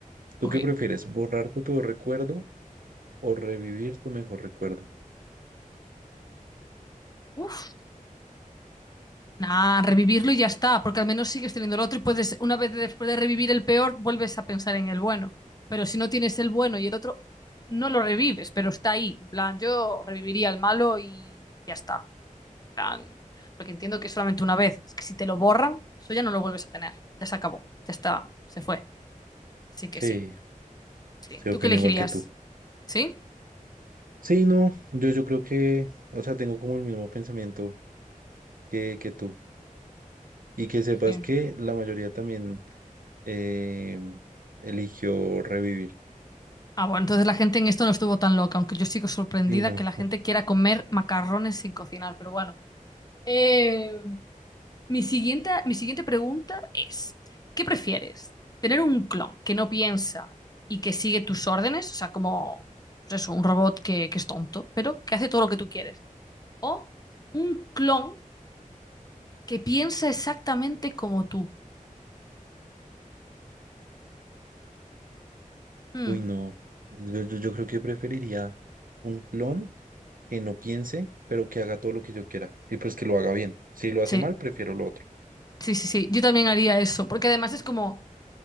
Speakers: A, on the right; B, on the left.
A: ¿Tú
B: Ok.
A: qué prefieres, borrar tu peor recuerdo o revivir tu mejor recuerdo?
B: Uf. Nah, revivirlo y ya está, porque al menos sigues teniendo el otro y puedes, una vez después de revivir el peor, vuelves a pensar en el bueno. Pero si no tienes el bueno y el otro, no lo revives, pero está ahí. En plan, yo reviviría el malo y ya está. En plan, porque entiendo que es solamente una vez. Es que si te lo borran, eso ya no lo vuelves a tener. Ya se acabó, ya está, se fue. Así que
A: Sí,
B: sí, sí.
A: se
B: ¿Tú
A: opino
B: qué elegirías?
A: igual que tú.
B: ¿Sí?
A: Sí, no, yo, yo creo que, o sea, tengo como el mismo pensamiento que, que tú. Y que
B: Sí,
A: sepas
B: sí.
A: que la mayoría también eh, eligió revivir.
B: Ah, bueno, entonces la gente en esto no estuvo tan loca, aunque yo sigo sorprendida
A: Sí, no,
B: que la gente quiera comer macarrones sin cocinar, pero bueno. Eh, mi siguiente, mi siguiente pregunta es, ¿qué prefieres? ¿Tener un clon que no piensa y que sigue tus órdenes? O sea, como, pues eso, un robot que, que es tonto, pero que hace todo lo que tú quieres. ¿O un clon que piensa exactamente como tú? Hmm,
A: uy, no. Yo, yo, yo creo que preferiría un clon que no piense, pero que haga todo lo que yo quiera. Y pues que lo haga bien. Si lo hace
B: Sí,
A: mal, prefiero lo otro.
B: sí, sí, sí. Yo también haría eso, porque además es como...